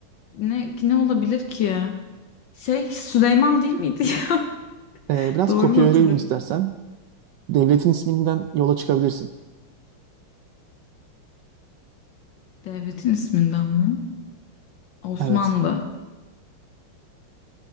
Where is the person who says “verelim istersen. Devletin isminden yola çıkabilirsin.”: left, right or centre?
Right